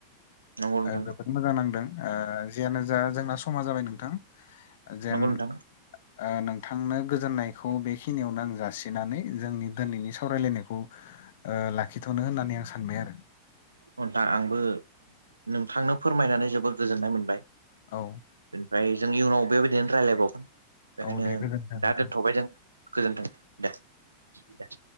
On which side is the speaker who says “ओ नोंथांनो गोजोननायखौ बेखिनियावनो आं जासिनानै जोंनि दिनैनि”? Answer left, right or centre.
Left